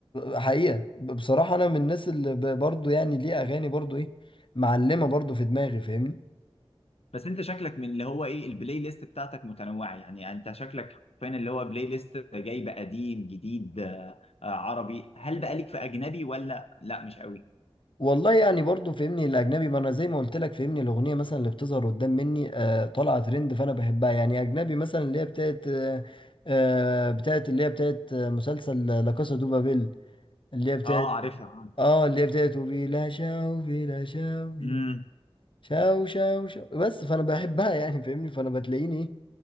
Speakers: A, on the left; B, on the left.
A: حقيقه ب- بصراحه انا من الناس اللي ب- برضو يعني ليه اغاني برضو ايه معلمه برضو في دماغي فاهمني
B: بس انت شكلك من اللي هو ايه البلاي ليست بتاعتك متنوعه يعني انت شكلك فين اللي هو بلاي ليست جايب قديم جديد آه، آه، عربي هل بقى ليك في اجنبي ولا لا مش قوي
A: والله يعني برضو فهمني الاجنبي ما انا زي ما قلت لك فهمني الاغنيه مثلا اللي بتظهر قدام مني آه، طالعه ترند فانا بحبها يعني اجنبي مثلا اللي هي بتاعت آه، آه، بتاعت اللي هي بتاعت آه، مسلسل لا كاسا دو بابيل اللي هي بتاعت
B: اه عارفها
A: اه اللي هي بتاعت بلا شوفي لا شوفي
B: امم
A: شاو شاو شاو بس فانا بحبها يعني فاهمني فانا بتلاقيني ايه